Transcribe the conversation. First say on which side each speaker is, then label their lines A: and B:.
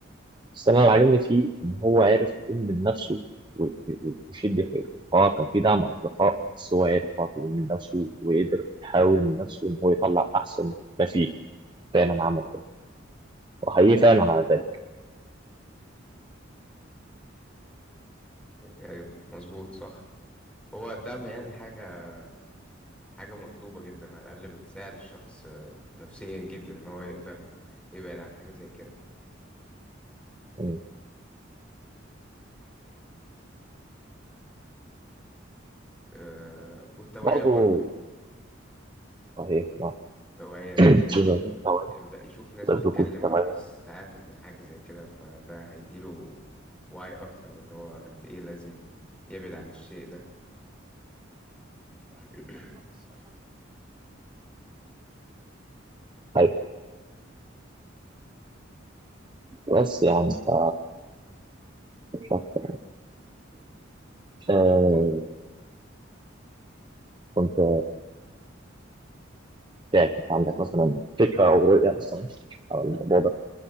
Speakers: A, on the right; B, in the centre.
A: بس انا اللي عاجبني فيه ان هو عارف يقوم من نفسه و- و- ويشد حيله اه كان في دعم اصدقاء بس هو عارف برضه يقوم من نفسه وقدر يحاول من نفسه ان هو يطلع احسن ما فيه فعلا عمل كده وحقيقي فعلا على ذلك
B: أيوه مظبوط صح هو الدعم يعني حاجة حاجة مطلوبة جدا على الأقل بتساعد الشخص آه، نفسيا جدا إن هو يقدر يبعد عن حاجة زي كده
A: يعني
B: آه... والتوعية
A: برضه
B: برضه يعني
A: صحيح نعم
B: التوعية
A: <clears throat> لازم يكون في توعية
B: يبدأ يشوف ناس
A: لازم
B: بتتكلم
A: يكون <coughs> في توعية
B: أو ناس تعافت من حاجة زي كده فده هيديله وعي أكتر بأن هو قد إيه لازم يبعد عن الشيء ده <clears throat>
A: صح بس يعني ف ف... آه، كنت تعرف عندك مثلا فكرة أو رؤية مثلا على الموضوع ده